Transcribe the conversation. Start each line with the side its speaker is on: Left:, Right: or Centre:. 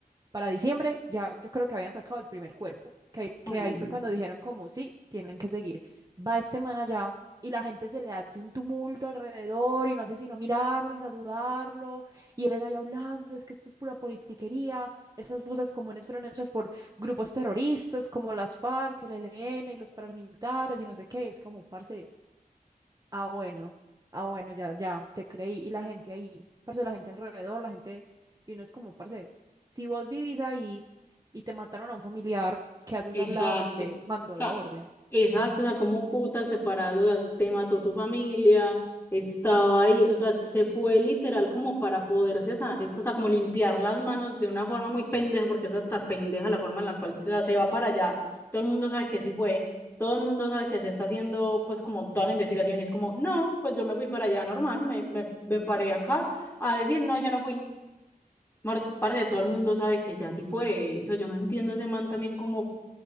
Right: para diciembre ya yo creo que habían sacado el primer cuerpo, que, que
Left: Ay, no.
Right: ahí fue cuando dijeron como, sí, tienen que seguir. Va esta semana ya y la gente se le hace un tumulto alrededor y no hace sino mirarlo y saludarlo y él está ahí hablando, es que esto es pura politiquería, estas fosas comunes fueron hechas por grupos terroristas como las FARC, el ELN y los paramilitares y no sé qué, es como, parce, Ah, bueno, ah, bueno, ya, ya, te creí. Y la gente ahí, parce, la gente alrededor, la gente, y uno es como, parce, si vos vivís ahí y te mataron a un familiar, ¿qué haces
Left: Exacto.
Right: al lado del que
Left: O
Right: mandó
Left: sea,
Right: la orden?
Left: exacto. O sea, como putas separados, o sea, te mató tu familia, estaba ahí. O sea, se fue literal como para poderse, sa- eh, o sea, como limpiar las manos de una forma muy pendeja, porque es hasta pendeja la forma en la cual se, o sea, se va para allá. Todo el mundo sabe que sí fue. Todo el mundo sabe que se está haciendo, pues, como toda la investigación. Y es como, no, pues yo me fui para allá normal, me, me, me paré acá a decir, no, yo no fui. Mor- Parce, todo el mundo sabe que ya sí fue. O sea, yo no entiendo ese man también como, o